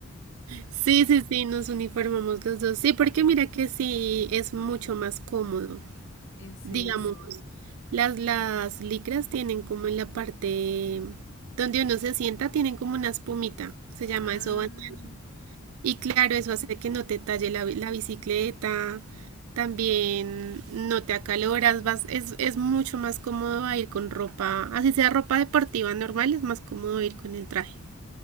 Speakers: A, on the right; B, on the left.
A: Sí, sí, sí, nos uniformamos los dos. Sí, porque mira que sí es mucho más cómodo.
B: En serio.
A: Digamos, las, las licras tienen como en la parte donde uno se sienta, tienen como una espumita, se llama
B: Ah,
A: eso. bandana. Y claro, eso hace que no te talle la, bi- la bicicleta, también no te acaloras, vas, es, es mucho más cómodo a ir con ropa, así sea ropa deportiva normal, es más cómodo ir con el traje.